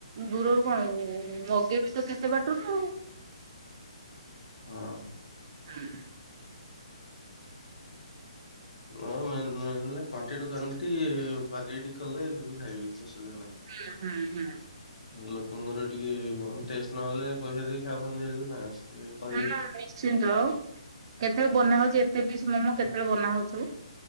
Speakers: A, on the right; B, on the left.
A: ଦୂରରୁ କଣ ମଗେଇବ ତ କେତେ ବାଟ। ହଉ।
B: ହଁ।
A: ହୁଁ।
B: ହ <unintelligible> ବାଗେଇ ଟିକେ କଲେ ଲୋକ ଖାଇବେ କିଛି। ଅସୁବିଧା ନାହିଁ।
A: ହୁଁ ହୁଁ ହୁଁ।
B: ଲୋକଙ୍କର ଟିକେ ଟେଷ୍ଟ ନହଲେ ପଇସା ଦେଇକି ଖାଇବା <unintelligible> ନା। ସେ କହିବେ
A: ହଁ ନିଶ୍ଚିନ୍ତ ଆଉ କେତେବେଳେ ବନା ହଉଛି। ତେ ପିସ୍ ମୋମୋ କେତେବେଳେ ବନାହଉଛୁ।